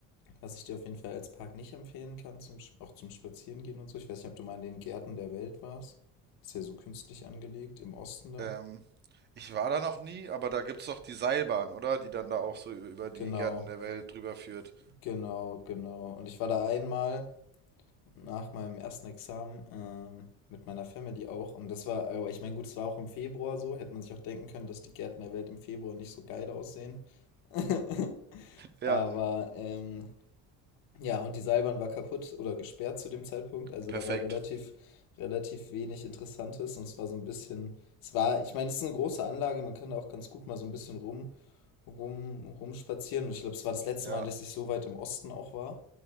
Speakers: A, on the left (about 75°); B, on the right (about 30°).
A: was ich dir auf jeden Fall als Park nicht empfehlen kann, zum, Sch- auch zum Spazierengehen und so, ich weiß nicht, ob du mal in den Gärten der Welt warst. Ist ja so künstlich angelegt, im Osten da.
B: Ähm, ich war da noch nie, aber da gibt's doch die Seilbahn, oder? Die dann da auch so über die
A: Genau,
B: Gärten der Welt drüber führt.
A: genau, genau. Und ich war da einmal, nach meinem ersten Examen ähm, mit meiner Family auch. Und das war, aber ich meine, gut, es war auch im Februar so. Hätte man sich auch denken können, dass die Gärten der Welt im Februar nicht so geil aussehen. <laughs>
B: Ja,
A: aber ähm, ja, und die Seilbahn war kaputt oder gesperrt zu dem Zeitpunkt. Also
B: perfekt.
A: da war relativ, relativ wenig Interessantes. Und es war so ein bisschen, es war, ich meine, es ist eine große Anlage. Man kann da auch ganz gut mal so ein bisschen rum, rum, rumspazieren. Und ich glaube, es war das letzte
B: Ja,
A: Mal, dass ich so weit im Osten auch war.